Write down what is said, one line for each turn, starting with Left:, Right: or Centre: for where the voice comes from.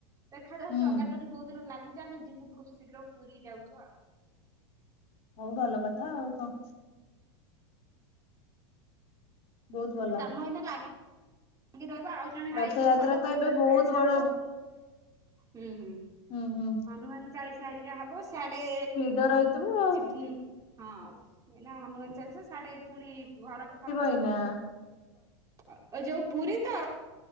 Right: ଦେଖାଯାଉ
Left: ହୁଁ
Right: ଜଗା ଡୋରି କୋଉ ଦିନ ଲାଗୁଚି ଆମେ ଯିବୁ ଖୁବ୍ ଶୀଘ୍ର ପୁରୀ ଯାଉଛୁ ଆଉ
Left: ହଉ ଭଲ କଥା କଣ ବହୁତ
Right: ଏମିତି
Left: ଭଲ।
Right: କାମ ହେଇନା ଲାଗେ ରହିବ ଆଉ ଜଣେ ଭାଇ
Left: ରଥଯାତ୍ରା
Right: କହିବ ହନୁମାନ
Left: ତ ଏବେ ବହୁତ
Right: ଚାଳିଶା
Left: ବଡ
Right: ହବ ହୁଁ ହୁଁ
Left: ହୁଁ ହୁଁ
Right: ହନୁମାନ ଚାଳିଶା ହେରିକା ହବ ସାଡେ
Left: ଜ୍ବର ହେଇଥିବ
Right: ଯିବି ହଁ ସେ ଏନା ହନୁମାନ ଚାଲିଶା ସାଡେ ପୁଣି ଘର କ ଫର
Left: ହେଇ ନା
Right: ଆ ଏ ଯୋଉ ପୁରୀ ତ